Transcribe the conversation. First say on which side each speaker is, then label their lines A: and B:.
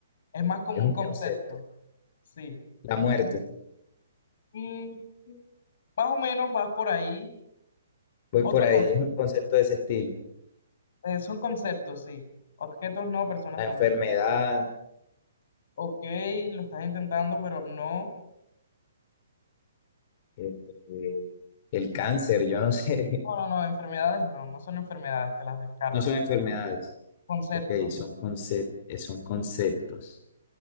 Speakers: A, on the left (about 55°); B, on the left (about 35°).
A: Es más como
B: Es
A: un
B: un
A: concepto.
B: concepto.
A: Sí.
B: La muerte,
A: Mm, más o menos vas por ahí.
B: voy
A: Otro
B: por ahí,
A: concepto.
B: es un concepto de ese estilo.
A: Eh, son conceptos, sí. Objetos no, personas
B: La
A: tampoco.
B: enfermedad,
A: Ok, lo estás intentando, pero no.
B: eh, eh, el cáncer, yo no sé,
A: No, no, no. Enfermedades no, no son enfermedades, te las descarto.
B: <laughs> no son enfermedades,
A: Conceptos.
B: ok, son concep- eh, son conceptos.